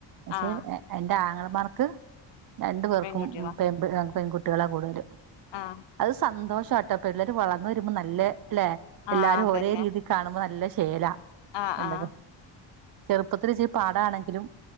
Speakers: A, on the right; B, on the left.
A: പക്ഷെ
B: ആഹ്
A: എ ന്റെ ആംഗളമാർക്ക് രണ്ടു പേർക്കും
B: പെൺകുട്ടികളാ
A: പെൺപിള്ളാ പെൺകുട്ടികളാ കൂടുതലും.
B: ആഹ്
A: അത് സന്തോഷവാട്ടോ. പിള്ളേർ വളർന്ന് വരുമ്പോ നല്ല അല്ലെ എല്ലാരും
B: ആഹ് അതന്നെ
A: ഒരേ രീതി കാണുമ്പോ നല്ല ശേലാ
B: ആഹ്
A: എന്തൊക്കെ
B: ആഹ്
A: ചെറുപ്പത്തിലിച്ചിരി പാടാണെങ്കിലും